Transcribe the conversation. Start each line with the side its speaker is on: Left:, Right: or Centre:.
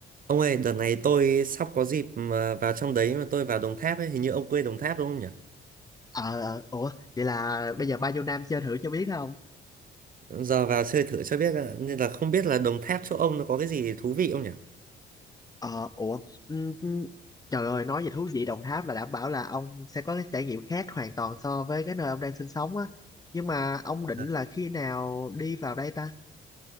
Right: Ông ơi, đợt này tôi sắp có dịp mà vào trong đấy mà tôi vào Đồng Tháp ấy, hình như ông quê Đồng Tháp đúng không nhỉ?
Left: Ờ, ờ, ủa, vậy là bây giờ ba nhiêu nam chơi thử cho biết không?
Right: Giờ vào chơi thử cho biết ạ, nên là không biết là Đồng Tháp chỗ ông nó có cái gì thú vị không nhỉ?
Left: Ờ, ủa, ừm, ừm, trời ơi, nói về thú vị Đồng Tháp là đảm bảo là ông sẽ có cái trải nghiệm khác hoàn toàn so với cái nơi ông đang sinh sống á. Nhưng mà ông định
Right: Ờ,
Left: là khi nào đi vào đây ta?